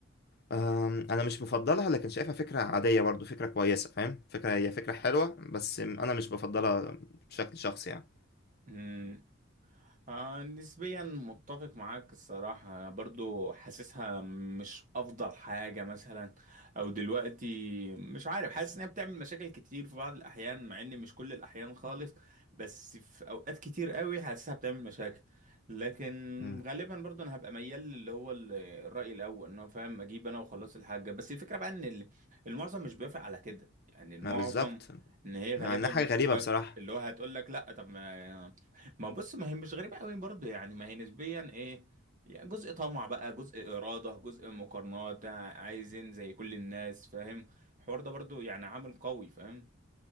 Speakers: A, on the left; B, on the right.
A: أم، انا مش مفضلها لكن شايفها فكره عاديه برضو فكره كويسه فاهم فكره هي فكره حلوه بس انا مش بفضلها بشكل شخصي يعني
B: امم آه نسبيا متفق معاك الصراحة برضو حاسسها مش أفضل حاجة مثلا أو دلوقتي مش عارف حاسس إنها بتعمل مشاكل كتير في بعض الأحيان مع إن مش كل الأحيان خالص بس في أوقات كتير قوي حاسسها بتعمل مشاكل لكن
A: مم.
B: غالبا برضو أنا هبقى ميال اللي هو ال- الرأي الأول إن هو فاهم أجيب أنا وخلاص الحاجة بس الفكرة بقى إن ال- المعظم مش بيوافق على كده يعني المعظم
A: ما بالظبط
B: إن هي غالبا
A: مع انها حاجه
B: مش
A: غريبه
B: هتوافق
A: بصراحه
B: اللي هو هتقول لك لا طب ما ما بص ما هي مش غريبة قوي برضه يعني ما هي نسبيا ايه يعني جزء طمع بقى جزء إرادة جزء مقارنات عايزين زي كل الناس فاهم الحوار ده برضه يعني عامل قوي فاهم